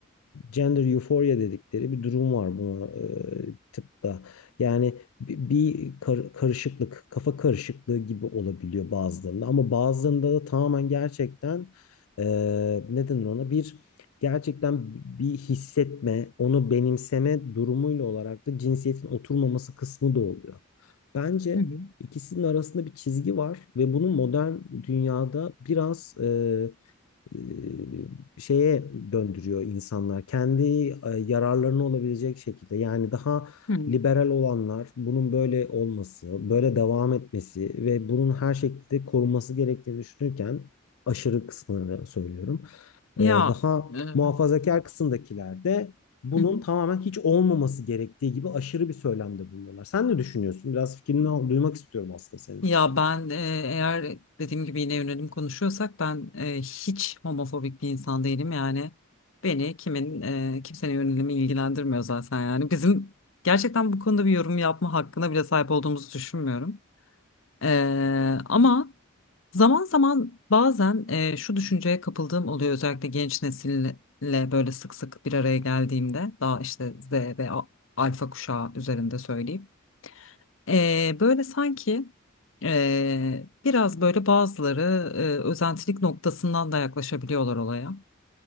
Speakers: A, on the left; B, on the left.
A: gender euphoria dedikleri bir durum var buna e, tıpta. Yani bi- bir kar- karışıklık, kafa karışıklığı gibi olabiliyor bazılarında ama bazılarında da tamamen gerçekten e, ne denir ona bir gerçekten bir hissetme, onu benimseme durumuyla olarak da cinsiyetin oturmaması kısmı da oluyor. Bence
B: Hı hı.
A: ikisinin arasında bir çizgi var ve bunu modern dünyada biraz e, e, şeye döndürüyor insanlar. Kendi e, yararlarına olabilecek şekilde. Yani daha
B: Hı
A: liberal olanlar bunun böyle olması, böyle devam etmesi ve bunun her şekilde korunması gerektiğini düşünürken aşırı kısmını söylüyorum.
B: Ya
A: E, daha
B: e, Hı
A: muhafazakar kısımdakiler de bunun
B: hı.
A: tamamen hiç olmaması gerektiği gibi aşırı bir söylemde bulunuyorlar. Sen ne düşünüyorsun? Biraz fikrini al- duymak istiyorum aslında senin.
B: Ya ben e, eğer dediğim gibi yine yönelim konuşuyorsak ben e, hiç homofobik bir insan değilim yani beni kimin e, kimsenin yönelimi ilgilendirmiyor zaten yani bizim gerçekten bu konuda bir yorum yapma hakkına bile sahip olduğumuzu düşünmüyorum E, ama zaman zaman bazen e, şu düşünceye kapıldığım oluyor özellikle genç nesille böyle sık sık bir araya geldiğimde daha işte Z ve A- Alfa kuşağı üzerinde söyleyeyim. Ee, böyle sanki ee, biraz böyle bazıları ee, özentilik noktasından da yaklaşabiliyorlar olaya.